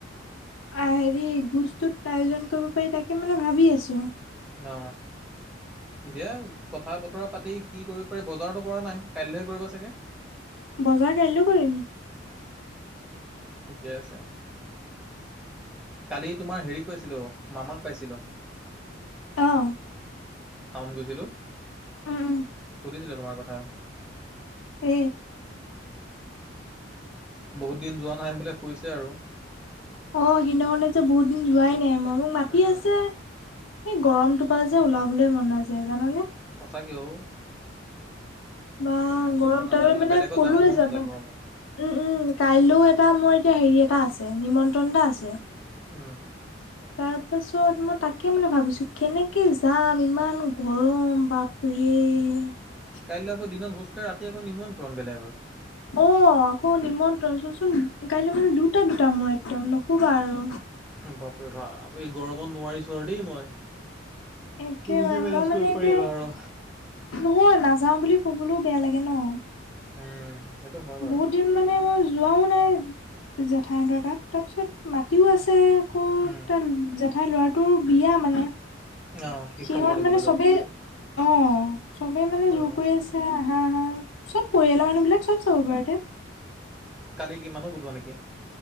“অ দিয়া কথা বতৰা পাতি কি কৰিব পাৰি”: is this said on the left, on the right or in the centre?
Centre